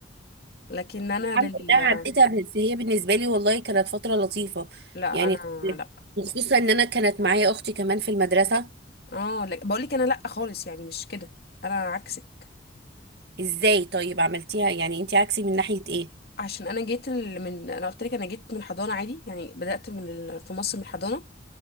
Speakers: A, on the left; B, on the right.
A: لكن انا
B: الحمد
A: لل
B: لله عديتها بس هي بالنسبه لي والله كانت فتره لطيفه
A: لا
B: يعني
A: انا
B: كنت-
A: لا
B: وخصوصا ان انا كانت معايا اختي كمان في المدرسه
A: اه لا. بقول لك انا لا خالص يعني مش كده انا عكسك
B: ازاي طيب عملتيها يعني انت عكسي من ناحيه ايه
A: عشان انا جيت ال- من انا قلت لك انا جيت من الحضانة عادي يعني بدأت من ال... في مصر من الحضانة